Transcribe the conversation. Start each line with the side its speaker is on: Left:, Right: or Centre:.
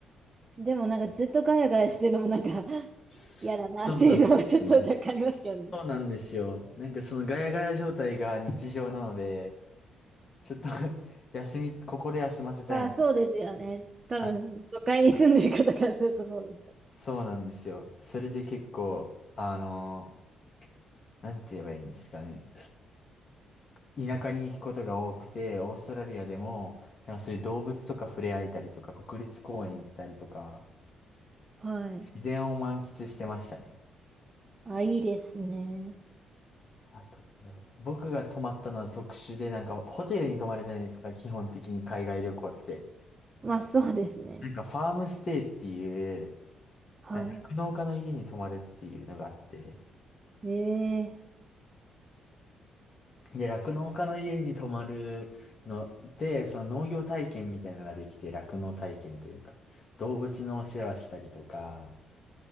Right: でもなんか、ずっとガヤガヤしてるのもなんか、<laughs>
Left: そうなんですよ。
Right: 嫌だなっていうのはちょっと若干ありますけどね。
Left: そうなんですよ。なんかそのガヤガヤ状態が日常なので、ちょっと <laughs> 休み、心休ませたい。
Right: まあ、そうですよね。多分、
Left: はい
Right: 都会に住んでる方からするとそうです。
Left: そうなんですよ。それで結構、あのー、なんて言えばいいんですかね。田舎に行くことが多くて、オーストラリアでも、なんかそういう動物とか触れ合えたりとか、国立公園行ったりとか、
Right: はい。
Left: 自然を満喫してましたね。
Right: あ、いいですね。
Left: あと、なんだろう。僕が泊まったのは特殊で、なんかホテルに泊まるじゃないですか、基本的に海外旅行って。
Right: まあ、そうですね。
Left: なんかファームステイっていう、
Right: は
Left: なんか酪農家の家に泊まるっていうのがあって、
Right: い。ええ
Left: で、酪農家の家に泊まるので、その農業体験みたいなのができて、酪農体験というか、動物のお世話したりとか、